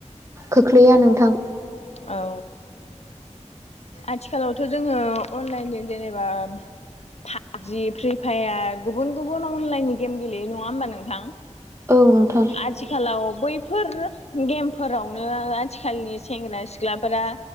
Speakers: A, on the right (about 25°); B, on the left (about 60°).
A: खोख्लैया नोंथां
B: औ आथिखालावथ' जोङो अनलाइनजों जेनेबा पाबजि फ्रि फायार गुबुन गुबुन अनलाइननि गेम गेलेयो नङा होमबा नोंथां
A: औ नोंथां
B: आथिखालाव बै बैफोर गेम फोरावनो आथिखालनि सेंग्रा सिख्लाफोरा